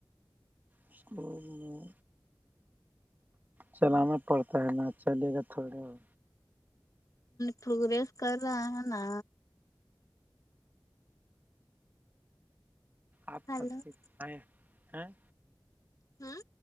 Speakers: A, on the right; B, on the left.
A: اسکول میں چلانا پڑتا ہے نا چلے گا تھوڑی وہ
B: پروگریس کر رہا ہے نا
A: آپ
B: ہلو
A: سب کچھ آئیں ہیں
B: ہوں